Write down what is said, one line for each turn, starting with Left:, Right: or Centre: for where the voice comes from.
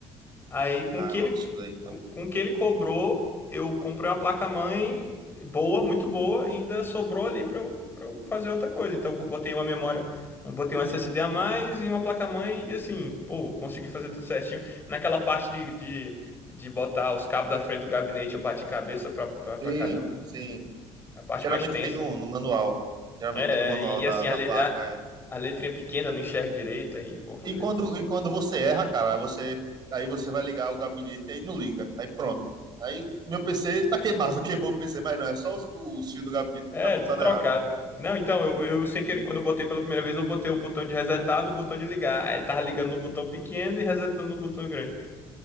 Left: Aí com
Right: Ah,
Left: o que
Right: é um
Left: ele
Right: absurdo aí, então.
Left: com, com o que ele cobrou, eu comprei uma placa-mãe boa, muito boa, e ainda sobrou ali para eu, para eu fazer outra coisa. Então eu botei uma memória, eu botei um SSD a mais e uma placa-mãe e assim, pô, consegui fazer tudo certinho. Naquela parte de, de, de botar os cabos da frente do gabinete, eu bati cabeça pra, pra, pra
Right: Sim,
Left: caramba.
Right: sim.
Left: É a parte
Right: Geralmente
Left: mais tensa.
Right: tem no, no manual. Geralmente
Left: É,
Right: tem no manual
Left: é, e
Right: da,
Left: assim, a,
Right: da
Left: le-
Right: placa
Left: a,
Right: é,
Left: a letrinha pequena, eu não enxergo direito, aí, pô, foi
Right: E
Left: doido.
Right: quando, e quando você erra, cara, você, aí você vai ligar o gabinete e aí não liga. Aí pronto. Aí meu PC tá queimado, <laughs> queimou o PC, mas não, é só os, o fio do gabinete que
Left: É,
Right: tá montado
Left: tudo trocado.
Right: errado.
Left: Não, então, eu, eu sem
Right: Sim,
Left: querer, quando eu botei pela primeira vez, eu botei o botão de resetar no botão de ligar. Aí ele tava ligando no botão pequeno e resetando no botão grande.